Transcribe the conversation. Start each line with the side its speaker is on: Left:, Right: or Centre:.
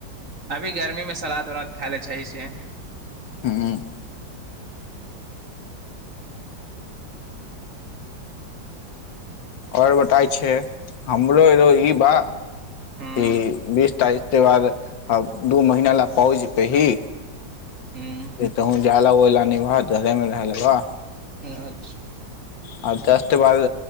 Right: अभी गर्मीमे सलाद उलाद खाय ले छै से
Left: हँ आओर बताइ छै हमरो एरो ई बा
Right: हूँ
Left: ई बीस तारीख बाद दू महिना ला पाउज रही
Right: हूँ
Left: से तहन जा ला ओहि ला निबह घरे मे रह ले बा
Right: अच्छा
Left: आ दस्ते बाद